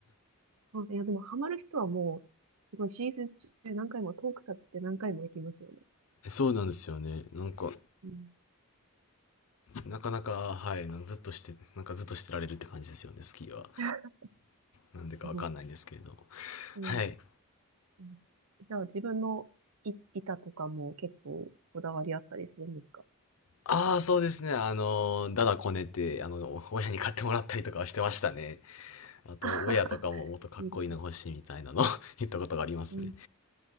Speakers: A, on the right; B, on the left.
A: そういや、でもハマる人はもう、すごいシーズン中何回も遠く経って何回も行きますよね。
B: えそうなんですよね。なんか、
A: うん。
B: なかなか、はい、なんかずっとして、なんかずっとしてられるって感じですよね、スキーは。
A: <laughs>
B: なんでかわかんないんですけれども。
A: すごい。うん。
B: はい。
A: うんじゃあ自分のい板とかも結構こだわりあったりするんですか
B: ああ、そうですね。あの、だだこねて、あの、親に買ってもらったりとかはしてましたね。あと、
A: <laughs>
B: ウェアとかももっとかっこいいの欲しいみたいなの
A: いいですね。
B: <laughs> 言ったことがありますね。
A: うん。